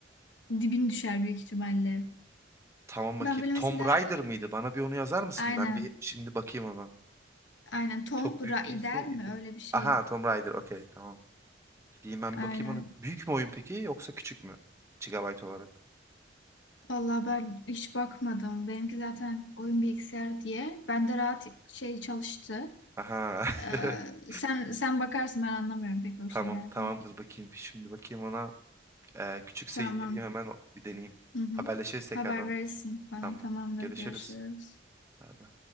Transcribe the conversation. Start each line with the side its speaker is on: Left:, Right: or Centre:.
Left: dibin düşer büyük ihtimalle.
Right: Tamam bakayım.
Left: Ben böyle mesela
Right: Tomb Raider mıydı? Bana bir onu yazar mısın?
Left: aynen
Right: Ben bir şimdi bakayım ona.
Left: aynen Tomb
Right: Çok büyük
Left: Raider
Right: değilse
Left: mi öyle bir şey.
Right: Aha Tomb Raider okey tamam. Diyeyim ben
Left: Aynen.
Right: bir bakayım onu. Büyük mü oyun peki yoksa küçük mü? Gigabyte olarak.
Left: Vallahi ben hiç bakmadım. Benimki zaten oyun bilgisayarı diye. Bende rahat şey çalıştı.
Right: Aha.
Left: Ee,
Right: <laughs>
Left: sen sen bakarsın ben anlamıyorum pek o
Right: Tamam
Left: şeylerden.
Right: tamamdır bakayım. Şimdi bakayım ona. Ee, küçükse
Left: Tamam.
Right: indireyim hemen o- bir deneyeyim.
Left: Hı hı.
Right: Haberleşiriz tekrardan.
Left: Haber verirsin bana.
Right: Tamam.
Left: Tamamdır.
Right: Görüşürüz.
Left: Görüşürüz.
Right: Bay bay.